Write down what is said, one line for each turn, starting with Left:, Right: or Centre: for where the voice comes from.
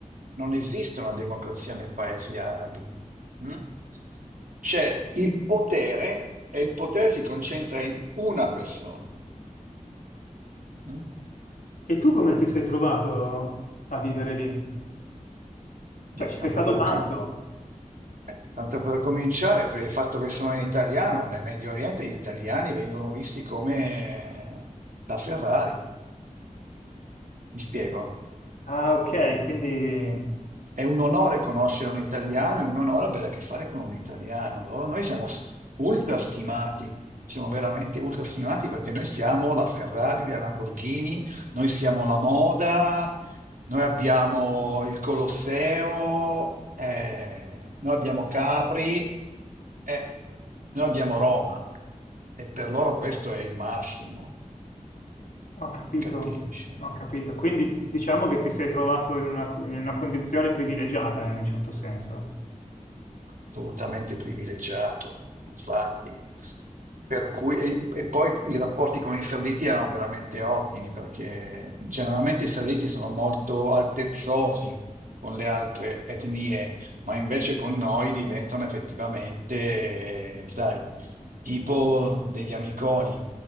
Right: non esiste una democrazia nei paesi arabi. mh? C'è il potere e il potere si concentra in una persona. mh?
Left: E tu come ti sei trovato a vivere lì?
Right: Beh,
Left: Cioè, ci
Right: tanto
Left: sei stato
Right: per,
Left: tanto?
Right: co- eh, tanto per cominciare, per il fatto che sono in italiano, nel Medio Oriente gli italiani vengono visti come la Ferrari. Mi spiego?
Left: Ah, ok, quindi
Right: È un onore conoscere un italiano, è un onore avere a che fare con un italiano. Loro- noi siamo s- ultrastimati, siamo veramente ultrastimati perché noi siamo la Ferrari, la Lamborghini, noi siamo la moda, noi abbiamo il Colosseo, eh, noi abbiamo Capri, eh, noi abbiamo Roma. E per loro questo è il massimo,
Left: ho capito,
Right: capisci?
Left: ho capito. Quindi diciamo che ti sei trovato in una, in una condizione privilegiata eh, in un certo senso.
Right: assolutamente privilegiato, infatti. Per cui, e, e poi i rapporti con i sauditi erano veramente ottimi, perché generalmente i sauditi sono molto altezzosi con le altre etnie, ma invece con noi diventano effettivamente, sai, tipo degli amiconi.